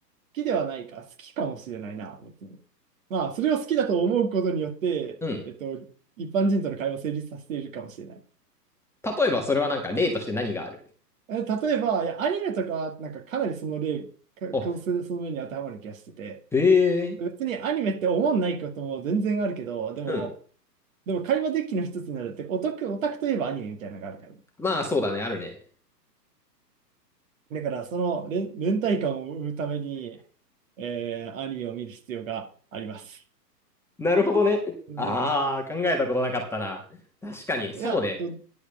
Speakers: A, on the right (about 50°); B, in the centre.
A: きではないか、好きかもしれないな、別に。まあ、それを好きだと思うことによって、
B: うん。
A: えっと、一般人との会話を成立させているかもしれない。
B: 例えばそれはなんか例として何がある
A: え例えば、いや、アニメとかは、なんかかなりその例、か、
B: あ
A: かその面に当てはまる気がしてて、
B: へえ。
A: 別にアニメって思んないことも全然あるけど、でも、
B: うん。
A: でも会話デッキの一つになるって、オタク、オタクといえばアニメみたいなのがあるから。
B: まあそうだね、あるね。
A: だから、その連、連帯感を生むために、えーアニメを見る必要があります。
B: なるほどね。
A: うん。
B: ああ、考えたことなかったな。確かに、そうね。
A: いや、ど、